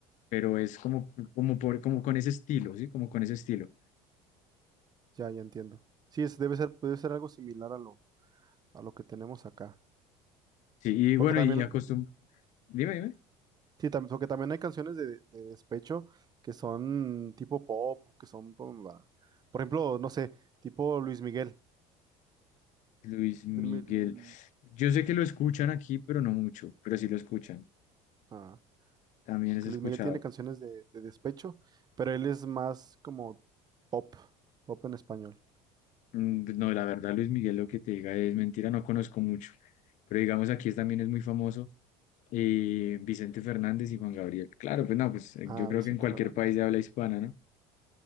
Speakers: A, on the left (about 60°); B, on the right (about 30°).
A: pero es como, como, por, como con ese estilo, ¿sí? Como con ese estilo.
B: Ya, ya entiendo. Sí, es, debe ser, debe ser algo similar a lo, a lo que tenemos acá.
A: Sí, y
B: Porque
A: bueno,
B: también,
A: y acostum... Dime, dime.
B: sí, tam- porque también hay canciones de, de despecho que son tipo pop, que son, pum, va. por ejemplo, no sé, tipo Luis Miguel.
A: Luis Miguel.
B: Luis Mi-
A: Yo sé que lo escuchan aquí, pero no mucho, pero sí lo escuchan.
B: ah,
A: También
B: porque
A: es escuchado.
B: Luis Miguel tiene canciones de, de despecho, pero él es más como pop, pop en español.
A: Mm, pues, No, la verdad, Luis Miguel, lo que te diga es mentira, no conozco mucho. Pero digamos, aquí es- también es muy famoso eh, Vicente Fernández y Juan Gabriel. Claro, pues no, pues eh,
B: Ah,
A: yo creo
B: Vicente
A: que en cualquier
B: Fernández.
A: país de habla hispana, ¿no?